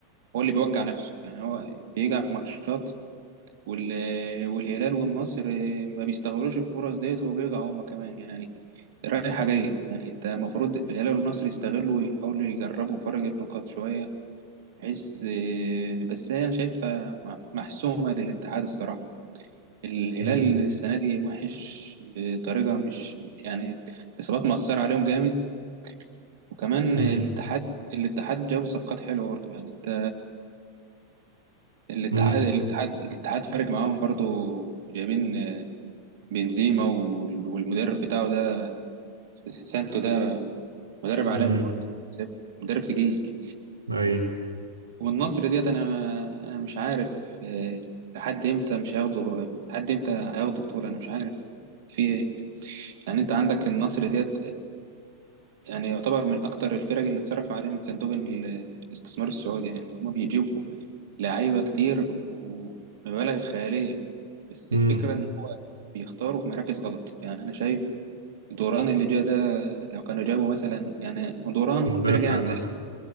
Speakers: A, on the right (about 55°); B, on the right (about 75°).
A: هو اللي بيوجع نفسه يعني هو بيجع في ماتشات وال- والهلال والنصر ما بيستغلوش الفرص ديت وبيجعوا هما كمان يعني رايحة جاية يعني أنت المفروض الهلال والنصر يستغلوا ويحاولوا يجربوا فرق النقاط شوية بحيث بس أنا شايفها محسومة للاتحاد الصراحة. الهلال
B: امم
A: السنة دي وحش بطريقة مش يعني الإصابات مأثرة عليهم جامد وكمان
B: امم
A: الاتحاد الاتحاد جاب صفقات حلوة برضه يعني انت الاتحاد
B: امم
A: الاتحاد الاتحاد فارق معاهم برضه جايبين بنزيما وال- والمدرب بتاعه ده سانتو ده مدرب عالمي
B: امم
A: برضه مدرب تقيل
B: اي
A: والنصر ديت انا انا مش عارف آه، لحد امتى مش هياخدوا لحد امتى هياخدوا بطولة انا مش عارف في ايه يعني انت عندك النصر ديت يعني يعتبر من أكتر الفرق اللي اتصرف عليه من صندوق ال- الاستثمار السعودي يعني هما بيجيبوا لعيبة كتير ومبالغ خيالية بس الفكرة
B: امم
A: إن هما بيختاروا في مراكز غلط يعني أنا شايف دوران اللي جه ده لو كانوا جابوا مثلا يعني دوران
B: مدافع
A: فرق عن
B: مثلا
A: تاليسكا